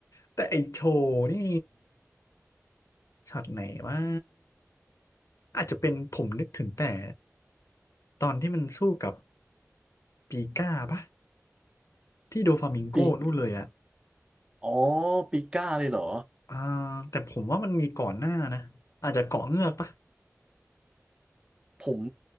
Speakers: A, on the left; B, on the right.
A: แต่ไอโชว์นี่ช็อตไหนว่าอาจจะเป็นผมนึกถึงแต่ตอนที่มันสู้กับปีก้าปะที่โดฟามิงโกนู่นเลยอะ
B: ปีกอ๋อปีก้าเลยเหรอ
A: อ่าแต่ผมว่ามันมีก่อนหน้านะอาจจะเกาะเงือกปะ
B: ผม